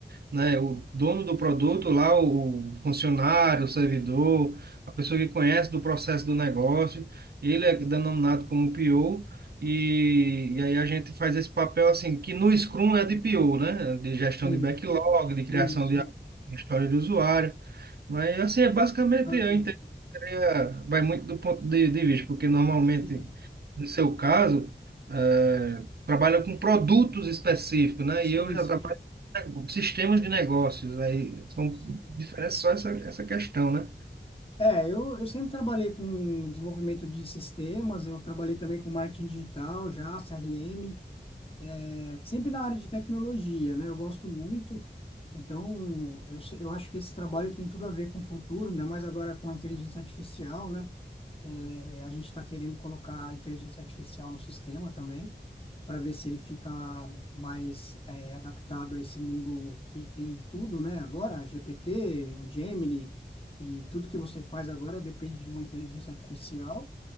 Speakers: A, on the right (about 60°); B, on the left (about 30°).
A: né? O dono do produto lá, o funcionário, o servidor, a pessoa que conhece do processo do negócio, ele é denominado como PO. E, e aí a gente faz esse papel assim, que no Scrum é de PO, né? De gestão
B: Sim,
A: de backlog, de
B: sim,
A: criação
B: sim.
A: de história de usuário. Mas assim, é basicamente
B: Ah,
A: eu entendo que seria- vai muito do ponto de, de vista, porque normalmente,
B: sim,
A: no seu caso, é, trabalha com produtos específicos, né?
B: sim,
A: E eu já
B: sim.
A: trabalho com sistemas de negócios, aí são
B: sim.
A: diferentes só essa, essa questão, né?
B: É, eu, eu sempre trabalhei com desenvolvimento de sistemas, eu trabalhei também com marketing digital já, CRM, é, sempre na área de tecnologia, né? Eu gosto muito, então eu, se- eu acho que esse trabalho tem tudo a ver com o futuro, ainda mais agora com a inteligência artificial, né? É, a gente está querendo colocar a inteligência artificial no sistema também, para ver se ele fica mais é, adaptado a esse mundo que tem tudo, né? Agora, GPT, o Gemini, e tudo que você faz agora depende de uma inteligência artificial.